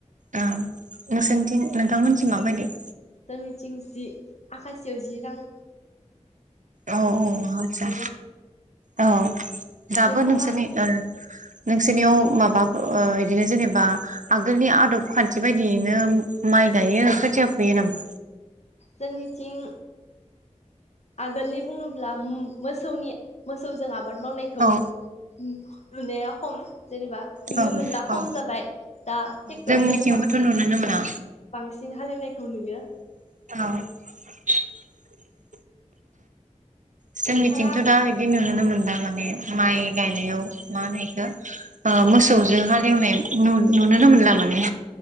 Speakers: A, on the right (about 80°); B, on the left (about 60°).
A: ओ नोंसोरनिथिं नोंथांमोनथिं माबायदि?
B: जोंनिथिं जि आखासेयाव जि रां।
A: औ
B: ओ
A: औ आच्छा।
B: जि रां
A: औ। दाबो
B: नोंथाङा
A: नोंसोरनि ओ नोंसोरनियाव माबाफो ओ इदिनो जेनेबा आगोलनि आदाब खान बिबायदियैनो उम माइ गायो खोथिया फुयो नामा?
B: जोंनिथिं आगोलनि बुङोब्ला उम मोसौनि मोसौजों आब बाद मावनायखौ
A: औ
B: उम नुनाया खम। जेनेबा नुनो
A: औ औ
B: मोनला खम
A: औ
B: जाबाय दा टेक्टरजों
A: जोंनिथिंबोथ'
B: बांसि
A: नुनोनो मोना
B: बांसिन हालेवनाय खौ नुयो।
A: औ जोंनिथिंथ'
B: नोंथाङा
A: दा इदि नुनोनो मोन दा माने माइ गायनायाव मा होनो इखो ओ मोसौजों हालेवनाय नुु-नुनोनो मोनला माने।